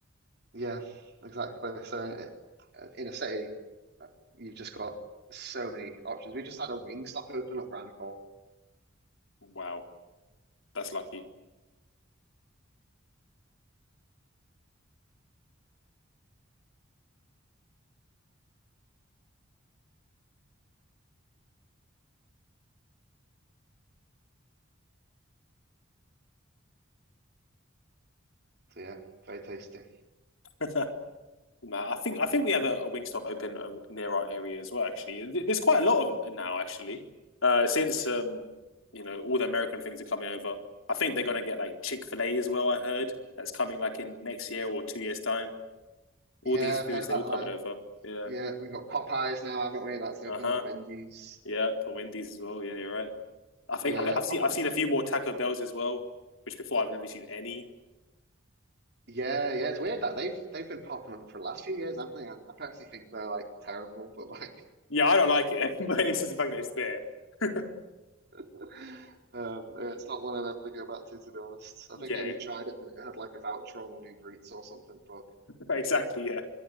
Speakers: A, on the right; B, on the left.
A: yeah, exactly. So in, in a city, uh, you've just got so many options. We just had a wing stop open up round the corner.
B: Wow, that's lucky.
A: So yeah, very tasty.
B: <laughs> Nah, I think I think we have a, a Wingstop open uh, near our area as well. Actually, there's quite a lot of 'em now. Actually, uh, since um, you know, all the American things are coming over. I think they're gonna get like Chick Fil A as well. I heard that's coming like in next year or two years time. All
A: Yeah,
B: these foods
A: I've heard about
B: they're all coming
A: that.
B: over. Yeah.
A: Yeah, we've got Popeyes now, haven't we? That's open
B: Uh huh.
A: and Wendy's.
B: Yeah. For Wendy's as well. Yeah, you're right. I think
A: Yeah,
B: I've, I've seen
A: Popeyes
B: I've seen a
A: are
B: few more
A: good.
B: Taco Bells as well, which before I've never seen any.
A: Yeah, yeah, it's weird that they've they've been popping up for the last few years, haven't they? I, I personally think they're like terrible, but like
B: Yeah, I don't like it, <laughs> but it's just the fact that it's there. <laughs>
A: <laughs> um yeah, it's not one I'd ever go back to to be honest. I think
B: Yeah.
A: I only tried it when it had like a voucher on an Uber Eats or something, but
B: Exactly. Yeah.